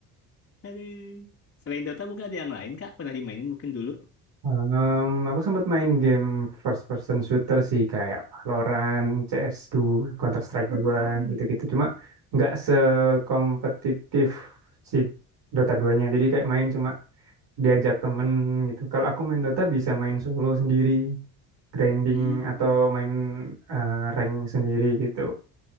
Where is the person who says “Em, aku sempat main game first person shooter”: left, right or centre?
Right